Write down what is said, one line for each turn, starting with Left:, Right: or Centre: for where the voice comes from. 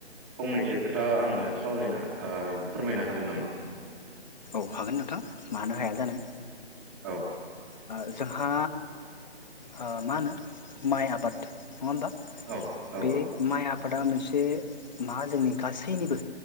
Centre: फंनैसो खोथा आंनो सावरायना ओ फोरमायनो हागोन नामा?
Left: हाखागोन नोंथां, मानो हाया जानो।
Centre: औ।
Left: ओ जोंहा ओ मा होनो माइ आबाद, नङा होमबा?
Centre: औ औ
Left: बे माइ आबा दा मोनसे मा जोंनि गासैनिबो